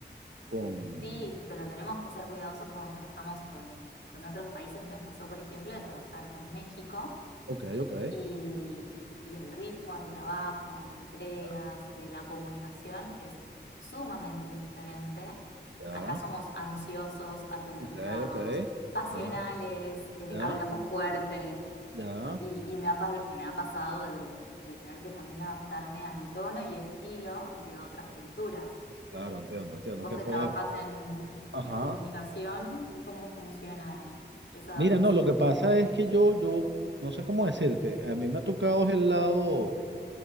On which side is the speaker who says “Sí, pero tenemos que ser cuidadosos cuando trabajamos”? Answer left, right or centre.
Left